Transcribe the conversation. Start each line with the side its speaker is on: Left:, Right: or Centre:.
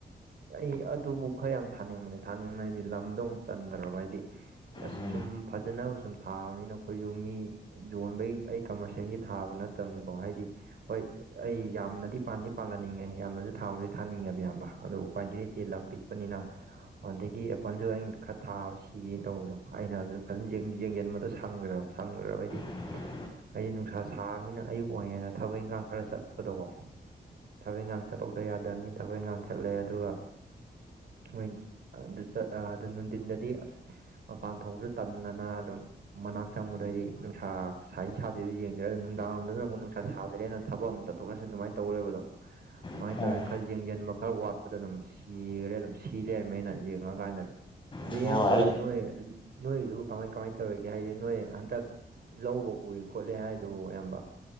Right: ꯑꯩ ꯑꯗꯨꯕꯨ ꯈꯔ ꯌꯥꯝ ꯊꯥꯅꯤꯡꯕꯩ ꯊꯥꯅꯤꯡꯕ ꯍꯥꯏꯗꯤ ꯂꯝꯗꯧ ꯑꯃꯨꯛ ꯆꯟꯗ꯭ꯔꯕ ꯍꯥꯏꯗꯤ ꯑꯁ
Left: ꯎꯝ
Right: ꯁꯨꯝ ꯐꯖꯅꯕ ꯁꯨꯝ ꯊꯥꯕꯅꯤꯅ ꯑꯩꯈꯣꯏꯁꯨ ꯃꯤ ꯌꯣꯟꯕꯒꯤ ꯑꯩ ꯀꯃꯔꯁꯦꯜꯒꯤ ꯊꯥꯕ ꯅꯠꯇꯕꯅꯤꯀꯣ ꯍꯥꯏꯗꯤ ꯍꯣꯏ ꯑꯩ ꯌꯥꯝꯅꯗꯤ ꯄꯥꯟꯗꯤ ꯄꯥꯜꯍꯟꯅꯤꯡꯉꯦ ꯌꯥꯝꯅꯗꯤ ꯊꯥꯕꯗꯤ ꯊꯥꯅꯤꯡꯉꯦꯕ ꯑꯌꯥꯝꯕ ꯑꯗꯣ ꯀ꯭ꯋꯥꯟꯇꯤꯇꯤ ꯇꯦꯜ ꯑꯃ ꯄꯤꯛꯄꯅꯤꯅ ꯑꯣ ꯑꯗꯒꯤ ꯑꯦꯄꯜꯁꯨ ꯑꯩꯅ ꯈꯔ ꯊꯥꯕ ꯁꯤꯒꯦꯅ ꯇꯧꯕꯗꯣ ꯑꯩꯅ ꯑꯗꯨꯁꯨ ꯐꯖꯅ ꯌꯦꯡꯁꯤꯟꯕꯗꯣ ꯁꯪꯈ꯭ꯔꯕꯁꯨ ꯁꯪꯈ꯭ꯔꯕꯗꯤ
Left: <unintelligible>
Right: ꯑꯩꯗꯤ ꯅꯨꯡꯁꯥ ꯁꯥꯔꯕꯅꯤꯅ ꯑꯌꯨꯛ ꯑꯣꯏꯅ ꯊꯕꯛ ꯏꯟꯈꯥꯡ ꯈꯔ ꯆꯠꯄꯗꯣꯀꯣ ꯊꯕꯛ ꯏꯟꯈꯥꯡ ꯆꯠꯍꯧꯗ ꯌꯥꯗꯕ ꯃꯤ ꯊꯕꯛ ꯏꯟꯒꯥꯡ ꯆꯠꯂꯦ ꯑꯗꯨꯒ ꯃꯣꯏ ꯑꯗꯨ ꯑꯗꯨ ꯅꯨꯡꯊꯤꯟꯗꯗꯤ ꯑꯁ ꯃꯄꯥꯟ ꯊꯣꯛꯄꯁꯨ ꯇꯟꯗꯅ ꯑꯗꯨꯝ ꯃꯅꯥꯛ ꯆꯪꯕꯗꯩꯗꯤ ꯅꯨꯡꯁꯥ ꯁꯥꯏ ꯁꯥꯗꯦꯗꯣ ꯌꯦꯡꯗ꯭ꯔꯦ ꯑꯗꯨ ꯅꯨꯡꯗꯥꯡꯔꯣꯝꯗꯅ ꯑꯃꯨꯛ ꯅꯨꯡꯁꯥ ꯁꯥꯗ꯭ꯔꯦ ꯑꯗꯨꯅ ꯊꯕꯛ ꯑꯃꯨꯛ ꯆꯠ ꯑꯗꯨꯃꯥꯏ ꯇꯧꯔꯦꯕ ꯑꯗꯨꯝ ꯁꯨꯃꯥꯏꯅ
Left: ꯎꯝ
Right: ꯇꯧꯔꯦꯅ ꯈꯔ ꯌꯦꯡꯁꯤꯟꯕ ꯈꯔ ꯋꯥꯠꯄꯗ ꯑꯗꯨꯝ ꯁꯤꯈꯔꯦ ꯑꯗꯨꯝ ꯁꯤ ꯂꯩꯔꯝꯃꯦ ꯑꯩꯅ ꯌꯦꯡꯉꯀꯥꯟꯗ ꯑꯗꯨꯝ ꯑꯗꯨ
Left: ꯑ ꯍꯣꯏ
Right: ꯌꯥꯝꯕ
Left: ꯑꯩ
Right: ꯑꯣꯏ ꯅꯣꯏ ꯅꯣꯏꯗꯨꯕꯨ ꯀꯃꯥꯏ ꯀꯃꯥꯏꯅ ꯇꯧꯔꯤꯒꯦ ꯍꯥꯏꯗꯤ ꯅꯣꯏ ꯍꯟꯗꯛ ꯂꯧꯒ ꯎꯏ ꯈꯣꯠꯂꯦ ꯍꯥꯏꯗꯨꯕꯨ ꯏꯌꯥꯝꯕ